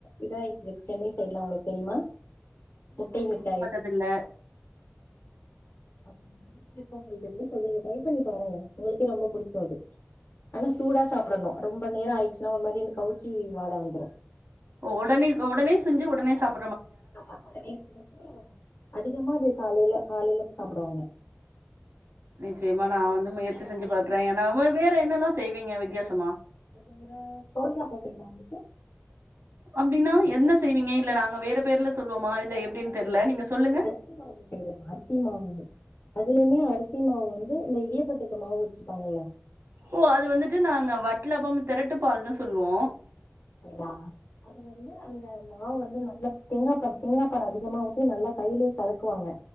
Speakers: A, on the left; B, on the right.
A: இதாயிட்டு இருக்கு சென்னை சைடு்லா உங்களுக்கு தெரியுமா முட்டை மிட்டாய்
B: இதுல்ல
A: அது மாதிரி டிஷ்ஷ உங்களுக்கு எப்டி சொல்றது ட்ரை பண்ணி பாருங்க உங்களுக்கே ரொம்ப பிடிக்கு அது ஆனா சூடா சாப்டணு ரொம்ப நேரோ ஆயிச்சினா ஒரு மாரி இந்த கவுச்சி வாட வந்துரு
B: ஒடனே ஒடனே செஞ்சி ஒடனே சாப்
A: ஆமா ஒடனே செஞ்சி அதிகமா அது காலேல காலேலதா சாப்டுவாங்க
B: நிச்சயமா நா வந்து முயற்சி செஞ்சி பாக்குறே ஏன்னா வா வேற என்னெல்லா செய்வீங்க வித்யாசமா
A: அத தவிர கோழியாட்டம் செய்வாங்க
B: அப்டினா என்ன செய்வீங்க இல்ல நாங்க வேற பேர்ல சொல்வோமா இல்ல எப்டின் தெர்ல நீங்க சொல்லுங்க
A: அரிசி மாவுல செய்றது அரிசி மாவு அதுலயுமே அரிசி மாவு வந்து இந்த இடியாப்பத்துக்கு மாவு வச்சிருப்பாங்கல்ல
B: ஓ அது வந்துட்டு நாங்க வட்லப்பம் திரட்டு பால்ன்னு சொல்லுவோ
A: அப்டியா அது அது வந்து அந்த மாவு வந்து நல்லா தேங்கா பால் தேங்கா பால் அதிகமா விட்டு நல்லா கையிலயே கலக்குவாங்க